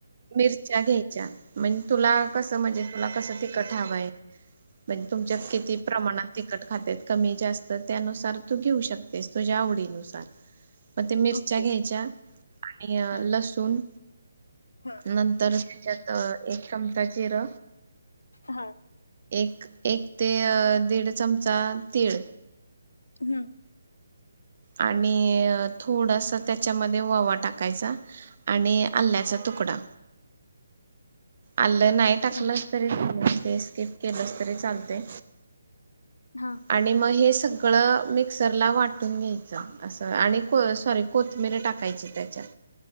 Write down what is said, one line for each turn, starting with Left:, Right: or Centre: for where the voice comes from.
Right: मिरच्या घ्यायच्या म्हणजे तुला कस म्हणजे तुला कसं तिखट हवय म्हणजे तुमच्या किती प्रमाणात तिखट खात्यात कमी जास्त त्यानुसार तु घेऊ शकतेस तुझ्या आवडीनुसार मग ते मिरच्या
Left: ओके
Right: घ्यायच्या आणि
Left: हा
Right: लसुण
Left: हा
Right: नंतर त्याच्यात एक चमचा जिर
Left: हा
Right: एक -एक ते दीड चमचा तीळ
Left: हम्म
Right: आणि थोडासा त्याच्यामध्ये ओवा टाकायचा आणि आल्याचा तुकडा आलं नाही टाकलंच
Left: ओके
Right: तरी चा ते स्किप केलंस तरी चालते
Left: हा
Right: आणि मग हे सगळं मिक्सरला वाटून घ्यायचं असं आणि को सॉरी कोथिंबीर टाकायची त्याच्यात